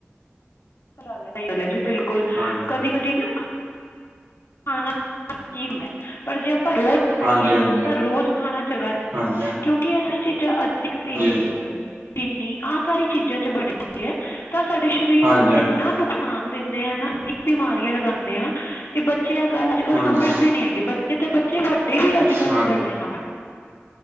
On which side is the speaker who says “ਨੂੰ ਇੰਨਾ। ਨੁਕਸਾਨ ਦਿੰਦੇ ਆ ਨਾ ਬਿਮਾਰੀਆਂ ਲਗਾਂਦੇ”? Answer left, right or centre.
Left